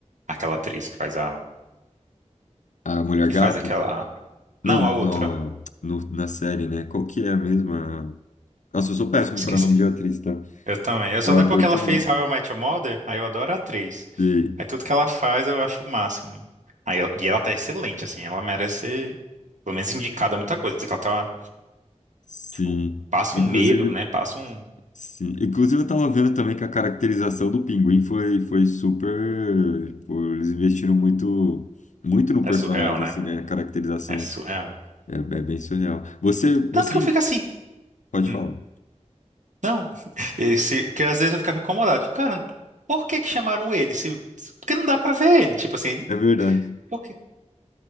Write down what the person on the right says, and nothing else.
aquela atriz que faz a,
que
faz aquela, não,
a outra,
Ah, esqueci.
Eu também. Eu
só lembro
que ela
fez How I Met Your Mother, aí eu adoro a atriz.
Aí tudo que ela faz eu acho o máximo. Aí, ela- e ela tá excelente, assim, ela merece ser, pelo menos indicada a muita coisa, que ela tá
Tipo, passa
um medo, né? Passa um.
É
surreal, né?
É surreal.
Tanto
que eu fico assim.
hum,
não. <laughs> Esse, que às vezes eu ficava incomodado. Tipo, cara, por que que chamaram ele? Se, se- porque não dá pra ver ele. Tipo assim, ele-
porque.